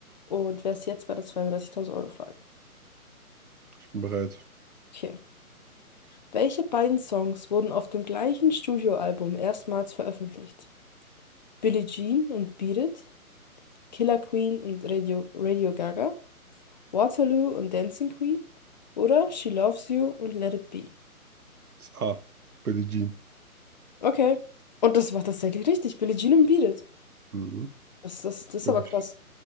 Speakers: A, on the left; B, on the right.
A: und wärst jetzt bei der 32.000 Euro Frage.
B: ich bin bereit.
A: Okay. Welche beiden Songs wurden auf dem gleichen Studioalbum erstmals veröffentlicht? Billie Jean und Beat It, Killer Queen und Radio, Radio Gaga, Waterloo und Dancing Queen oder She Loves You und Let It Be?
B: Das A. Billie Jean.
A: Okay. Und das war tatsächlich richtig. Billie Jean und Beat It.
B: Mhm.
A: Das, das, das ist
B: Glaub
A: aber
B: Ich
A: krass.